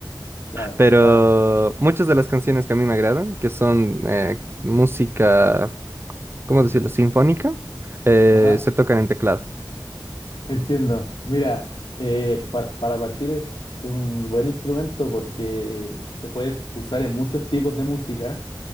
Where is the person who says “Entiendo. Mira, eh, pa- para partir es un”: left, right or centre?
Left